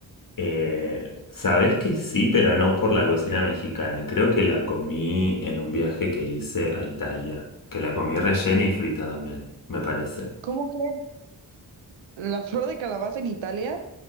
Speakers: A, on the left (about 45°); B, on the right (about 80°).
A: Eh, sabes que sí, pero no por la cocina mexicana. Creo que la comí en un viaje que hice a Italia, que la comí rellena y frita también, me parece.
B: ¿Cómo crees? La flor de calabaza en Italia.